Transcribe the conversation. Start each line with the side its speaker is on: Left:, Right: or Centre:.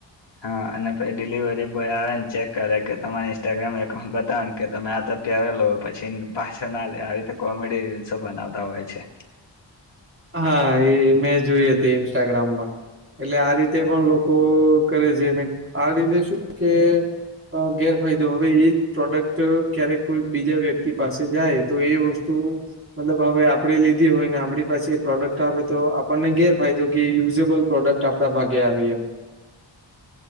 Left: હા અને પછી ડિલિવરી બોય આવે ને ચેક કરે કે તમારા ઇન્સ્ટાગ્રામ એકાઉન્ટ બતાવ ને કે તમે આ તો પ્યારે લો પછી એ પાછળ ના લે આવી રીતે કોમેડી રીલ્સો બનાવતા હોય છે.
Right: હા એ ઇમે જોઈ હતી ઇન્સ્ટાગ્રામમા એટલે આ રીતે પણ લોકો કરે છે આ રીતે શું કે ગેરફાયદો હવે એ પ્રોડક્ટ ક્યારેક કોઈ બીજા વ્યક્તિ પાસે જાય તો એ વસ્તુ મતલબ હવે આપડે લીધી હોય ને આપણી પાસે પ્રોડક્ટ આવે તો આપણને ઘેર ફાયદો કે યુઝેબલ પ્રોડક્ટ આપણા ભાગે આવી એમ